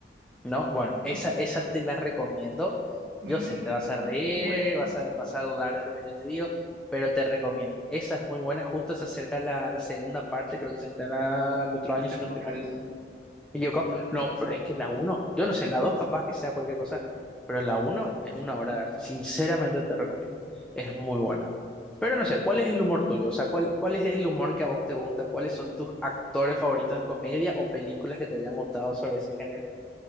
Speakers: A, in the centre; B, on the right.
A: No, bueno,
B: <laughs>
A: esa,
B: no.
A: esa te la recomiendo.
B: Mm,
A: Yo sé, te vas a reír,
B: bueno,
A: vas a, vas a dudar de lo que yo te digo, pero te recomiendo. Esa es muy buena, justo se acerca la, la segunda parte, creo que se estrena el otro año,
B: no te
A: si
B: puedo
A: no estoy
B: creer.
A: mal equivocado. No, pero es que la uno, yo no sé, la dos capaz que sea cualquier cosa, pero la uno es una obra de arte. Sinceramente te recomiendo. Es muy buena. Pero no sé, ¿cuál es el humor tuyo? O sea, ¿cuál, cuál es el humor que a vos te gusta? ¿Cuáles son tus actores favoritos en comedia o películas que te hayan gustado sobre ese género?